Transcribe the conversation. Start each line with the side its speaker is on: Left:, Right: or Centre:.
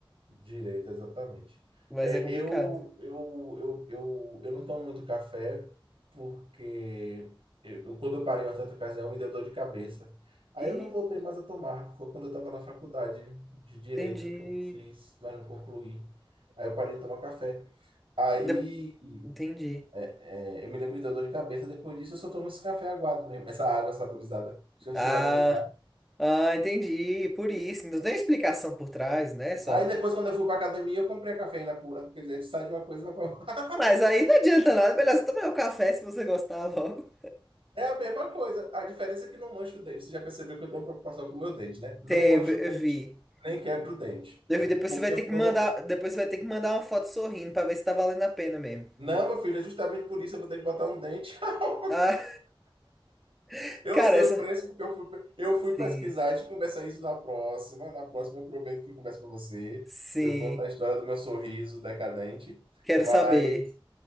Right: Direito, exatamente.
Centre: mas
Right: É,
Centre: é complicado.
Right: eu, eu, eu, eu, eu não tomo muito café porque eu, eu- quando eu parei uma certa ocasião me deu dor de cabeça. Aí
Centre: E
Right: eu não voltei mais a tomar. Foi quando eu estava na faculdade de direito
Centre: entendi.
Right: que eu fiz, mas não concluí. Aí eu parei de tomar café. Aí
Centre: De- Entendi.
Right: É, é, eu me lembro que deu dor de cabeça. Depois disso, eu só tomo esse café aguado mesmo. Essa água saborizada. Se eu
Centre: Ah.
Right: chegar num lugar.
Centre: Ah, entendi. Por isso. Não tem explicação por trás, né? Só.
Right: Aí depois, quando eu fui pra academia, eu comprei a cafeína pura. Quer dizer, a gente sai de uma coisa e vai pra <laughs>
Centre: Mas aí não adianta nada. Melhor você tomar o café se você gostar <laughs> logo.
Right: É a mesma coisa. A diferença é que não mancho o dente. Você já percebeu que eu tenho preocupação com o meu dente, né? Não
Centre: Teve,
Right: mancho o dente,
Centre: eu vi. Eu vi.
Right: nem quebro o dente.
Centre: Eu
Right: É,
Centre: vi, Depois
Right: Porque
Centre: você vai ter
Right: eu
Centre: que
Right: tô
Centre: mandar.
Right: no.
Centre: Depois você vai ter que mandar uma foto sorrindo pra ver se tá valendo a pena mesmo.
Right: Não, meu filho, é justamente por isso eu vou ter que botar um dente. <laughs>
Centre: Ah, <laughs>
Right: Eu
Centre: cara,
Right: sei
Centre: essa.
Right: o preço porque eu fui, eu
Centre: Sim.
Right: fui pesquisar. A gente conversa isso na próxima. Na próxima, eu prometo que eu converso com você.
Centre: Sim.
Right: Eu conto a história do meu sorriso decadente.
Centre: Quero
Right: Mas
Centre: saber.